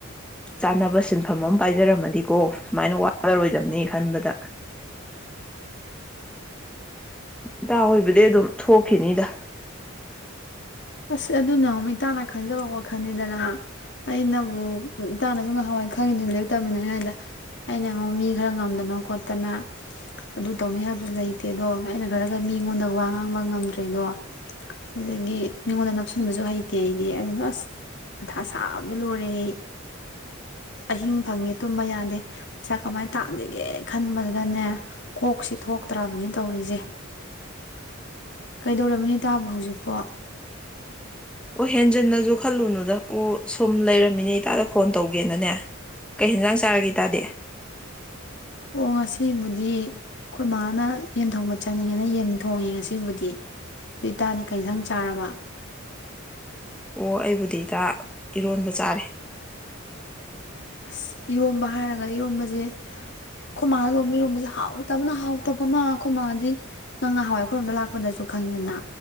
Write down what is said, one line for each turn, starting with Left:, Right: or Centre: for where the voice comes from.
Centre: ꯆꯥꯅꯕ ꯁꯤꯟꯐꯝ ꯑꯃ ꯄꯥꯏꯖꯔꯝꯃꯗꯤꯀꯣ ꯁꯨꯃꯥꯏꯅ ꯋꯥꯔꯔꯣꯏꯗꯕꯅꯤ ꯈꯟꯕꯗ ꯏꯇꯥ ꯍꯣꯏꯕꯨꯗꯤ ꯑꯗꯨꯝ ꯊꯣꯛ ꯈꯤꯅꯤꯗ
Left: ꯑꯁ ꯑꯗꯨꯅ ꯑꯃꯨꯛ ꯏꯇꯥꯥꯟꯅ ꯈꯟꯖꯕ ꯋꯥꯈꯜꯅꯤꯗꯅ ꯑꯩꯅꯕꯨ ꯏꯇꯥꯅꯖꯨ ꯉꯍꯥꯟꯋꯥꯏ ꯈꯪꯉꯤꯗꯨꯅꯤ ꯂꯥꯏꯔꯤꯛ ꯇꯝꯃꯤꯟꯅꯔꯤ ꯉꯩꯗ ꯑꯩꯅ ꯑꯃꯨꯛ ꯃꯤ ꯈꯔ ꯉꯝꯗꯅ ꯈꯣꯠꯇꯅ ꯑꯗꯨ ꯇꯧꯅꯤ ꯍꯥꯏꯕꯁꯨ ꯂꯩꯇꯦꯗꯣ ꯑꯩꯅ ꯈꯔꯒ ꯃꯤꯉꯣꯟꯗ ꯋꯥ ꯉꯥꯡꯕ ꯉꯝꯗ꯭ꯔꯦꯗꯣ ꯑꯗꯒꯤ ꯃꯤꯉꯣꯟꯗ ꯅꯞꯁꯤꯟꯕꯁꯨ ꯍꯩꯇꯦ ꯑꯩꯗꯤ ꯑꯗꯨꯅ ꯑꯁ ꯃꯊꯥ ꯁꯥꯕꯗ ꯂꯣꯏꯔꯦ ꯑꯩ ꯑꯍꯤꯡ ꯐꯪꯉꯦ ꯇꯨꯝꯕ ꯌꯥꯗꯦ ꯄꯩꯁꯥ ꯀꯃꯥꯏꯅ ꯇꯥꯟꯖꯤꯒꯦ ꯈꯟꯕꯗꯅꯦ ꯀꯣꯛꯁꯦ ꯊꯣꯛꯇ꯭ꯔꯕꯅꯤ ꯇꯧꯔꯤꯁꯦ ꯀꯩꯗꯧꯔꯝꯃꯤꯅꯣ ꯏꯇꯥꯕꯨ ꯍꯧꯖꯤꯛꯄꯣ
Centre: ꯑꯣ ꯍꯦꯟꯖꯤꯟꯅꯁꯨ ꯈꯜꯂꯨꯅꯨꯗ ꯑꯣ ꯁꯨꯝ ꯂꯩꯔꯝꯃꯤꯅꯦ ꯏꯇꯥꯗ ꯐꯣꯟ ꯇꯧꯒꯦꯅꯅꯦ ꯀꯩ ꯌꯦꯟꯖꯥꯡ ꯆꯥꯔꯒꯦ ꯏꯇꯥꯗꯤ
Left: ꯑꯣ ꯉꯁꯤꯕꯨꯗꯤ ꯑꯩꯈꯣꯏ ꯃꯥꯅ ꯌꯦꯟ ꯊꯣꯡꯕ ꯆꯥꯅꯤꯡꯉꯦꯅ ꯌꯦꯟ ꯊꯣꯡꯉꯦ ꯉꯁꯤꯕꯨꯗꯤ ꯏꯇꯥꯗꯤ ꯀꯩ ꯏꯟꯁꯥꯡ ꯆꯥꯔꯕ
Centre: ꯑꯣ ꯑꯩꯕꯨꯗꯤꯗ ꯏꯇꯥ ꯏꯔꯣꯟꯕ ꯆꯥꯔꯦ
Left: ꯑꯁ ꯏꯔꯣꯝꯕ ꯍꯥꯏꯔꯒ ꯏꯔꯣꯝꯕꯁꯦ ꯑꯩꯈꯣꯏ ꯃꯥꯅ ꯂꯣꯝꯕ ꯏꯔꯣꯝꯕꯁꯦ ꯍꯥꯎꯇꯕꯅ ꯍꯥꯎꯇꯕꯅ ꯑꯈꯣꯏ ꯃꯥꯗꯤ ꯅꯪ ꯉ ꯍꯥꯟꯋꯥꯏ ꯈꯣꯏꯔꯣꯝꯗ ꯂꯥꯛꯄꯗꯁꯨ ꯈꯪꯗꯦꯗꯅ